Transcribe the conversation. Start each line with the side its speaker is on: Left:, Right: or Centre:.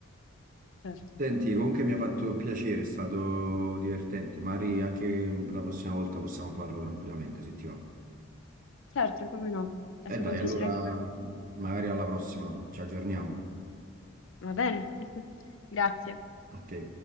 Left: certo.
Right: Senti, comunque mi ha fatto piacere, è stato divertente. Magari anche la prossima volta possiamo farlo tranquillamente, se ti va.
Left: Certo, come no. È stato
Right: E dai,
Left: un piacere
Right: Allora,
Left: anche
Right: allora
Left: per me.
Right: magari alla prossima, ci aggiorniamo.
Left: Va bene, <laughs> grazie.
Right: A te.